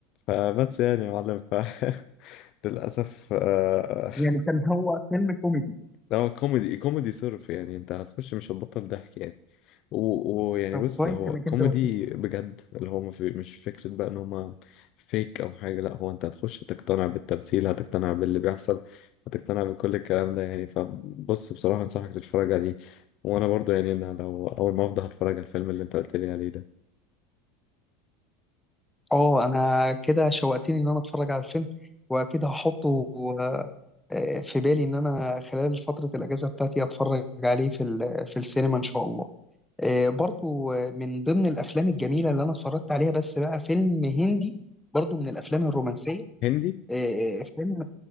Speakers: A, on the left; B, in the centre.
A: فبس يعني يا معلم ف <laughs> للاسف آه،
B: يعني كان هو فيلم كوميدي
A: هو كوميدي كوميدي صرف يعني انت هتخش مش هتبطل ضحك يعني و- ويعني
B: طب
A: بص
B: كويس
A: هو
B: إنك
A: كوميدي
B: أنت قلت
A: بجد اللي هو ما في- مش فكرة بقى ان هما فيك او حاجة لا هو انت هتخش هتقتنع بالتمثيل هتقتنع باللي بيحصل هتقتنع بكل الكلام ده يعني فبص بصراحة انصحك تتفرج عليه وانا برضو يعني انا لو اول ما افضل هتفرج على الفيلم اللي انت قلت لي عليه ده
B: اه انا كده شوقتني ان انا اتفرج على الفيلم واكيد هحطه آه، آه، في بالي ان انا خلال فترة الاجازة بتاعتي اتفرج عليه في ال- في السينما ان شاء الله آه، برضو آه، من ضمن الافلام الجميلة اللي انا اتفرجت عليها بس بقى فيلم هندي برضو من الافلام الرومانسية
A: هندي
B: آه، آه، فيلم